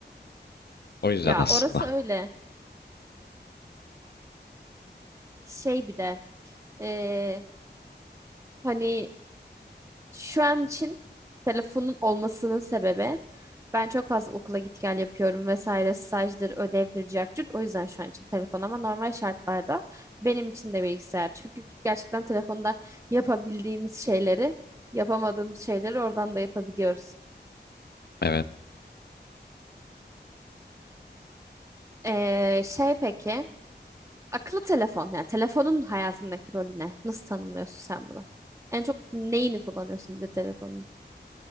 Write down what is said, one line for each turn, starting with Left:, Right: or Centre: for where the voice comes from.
Left: O yüzden
Right: Ya
Left: aslında.
Right: orası öyle. Şey bir de eee, hani Şu an için telefonun olmasının sebebi ben çok fazla okula git gel yapıyorum vesaire stajdır, ödevdir, cart curt. O yüzden şu an için telefon ama normal şartlarda benim için de bilgisayar. Çünkü gerçekten telefonda yapabildiğimiz şeyleri, yapamadığımız şeyleri oradan da yapabiliyoruz.
Left: Evet.
Right: Ee, şey peki, akıllı telefon yani telefonun hayatındaki rolü ne? Nasıl tanımlıyorsun sen bunu? En çok neyini kullanıyorsun bir de telefonun?